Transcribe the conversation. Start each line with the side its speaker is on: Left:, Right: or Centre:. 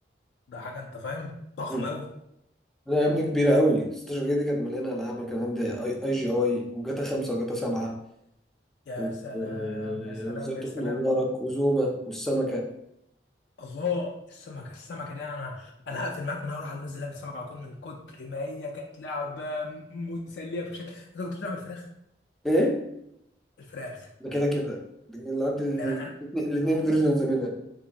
Left: ده حاجه انت فاهم ضخمه
Centre: مم.
Left: قوي
Centre: أنا يا ابني كبيرة قوي 16 جيجا دي كانت مليانة ألعاب أنا كان عندي أي, أي جي أي وجاتا 5 وجاتا 7
Left: يا
Centre: و-
Left: سلام
Centre: آه،
Left: يا سلام
Centre: وإزاي تخنق
Left: يا سلام
Centre: جارك وزوما والسمكة
Left: الله السمكه السمكه دي انا انا هقفل معاك من اول هنزل لعبه السمكه على طول من كتر ما هي كانت لعبه مسليه بشكل انت كنت بتلعب الفراخ
Centre: إيه
Left: الفراخ
Centre: ده كده كده دي لعبت ال-
Left: ده انا انا
Centre: الاتنين فيرجنز منها